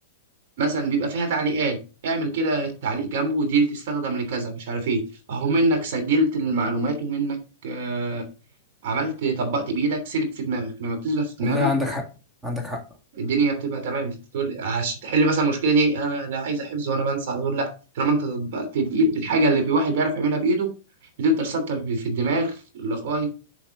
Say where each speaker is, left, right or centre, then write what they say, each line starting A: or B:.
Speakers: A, on the right; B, on the right.
A: مثلا بيبقى فيها تعليقات اعمل كده تعليق جنبه ودي تستخدم لكذا مش عارف ايه اهو منك سجلت المعلومات ومنك آه عملت طبقت بايدك سيبك في دماغك لما بتثبت في
B: والله
A: دماغك
B: عندك حق عندك حق
A: الدنيا بتبقى تمام تقول عشان تحل مثلا المشكله دي انا لا عايزه حفظ وانا بنسى على طول لا طالما انت طبقت بايد الحاجه اللي الواحد بيعرف يعملها بايده بتفضل ثابته في الدماغ لغايه